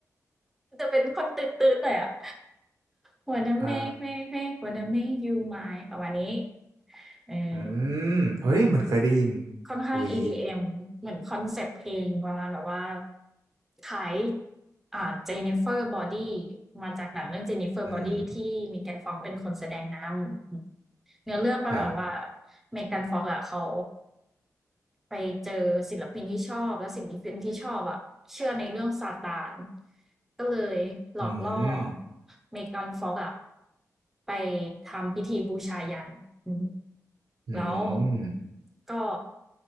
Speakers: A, in the centre; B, on the right.
A: <laughs> จะเป็นคนตื่นๆหน่อยอ่ะ wanna make
B: อ่า
A: make make wanna make you mine ประมาณนี้เออ
B: อืมเอ้ยเหมือนเคยได้ยิน
A: ค่อนข้าง
B: หวี
A: EDM เอ็มเหมือนคอนเซปต์เพลงเวลาแบบว่าขายอ่าเจ f น r เฟอร์บอดี้มาจากหนังเรื่องเจ n น i เฟอร์บอดี้ที่มีแกนฟอกเป็นคนแสดงน
B: อืม
A: ำเนื้อเรื่องประมาณว่า
B: ครับ
A: เมแกันฟอกอะเขา ไปเจอศิลปินที่ชอบแล้วศิลปินที่ชอบอะเชื่อในเรื่องซาตานก็เลยหลอกล่อ
B: อืม
A: เมกานฟ็อกอะไปทำพิธีบูชายันอืม
B: อืม
A: แล้วก็